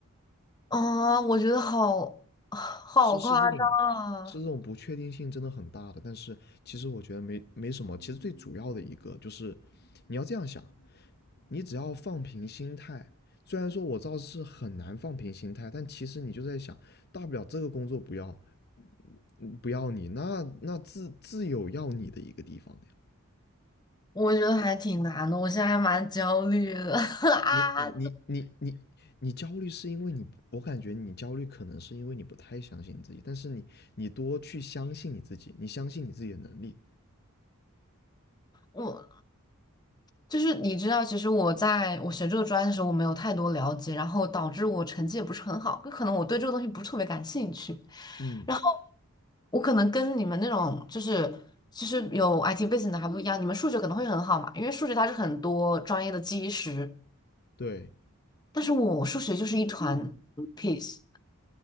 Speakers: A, on the left (about 20°); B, on the left (about 45°).
A: 啊，我觉得好 <sighs> 好夸张啊，
B: 是是这种，是这种不确定性真的很大的。但是其实我觉得没没什么，其实最主要的一个就是，你要这样想，你只要放平心态。虽然说我知道是很难放平心态，但其实你就在想，大不了这个工作不要，嗯不要你，那那自自有要你的一个地方的呀。
A: 我觉得还挺难的，我现在还蛮焦虑的 <laughs> 啊。
B: 你你你你你焦虑是因为你，我感觉你焦虑可能是因为你不太相信你自己，但是你你多去相信你自己，你相信你自己的能力。
A: 我。就是你知道，其实我在我学这个专业的时候，我没有太多了解，然后导致我成绩也不是很好，就可能我对这个东西不是特别感兴趣。
B: 嗯，
A: 然后我可能跟你们那种就是就是有 IT 背景的还不一样，你们数学可能会很好嘛，因为数学它是很多专业的基石，
B: 对，
A: 但是我数学就是一团 piece。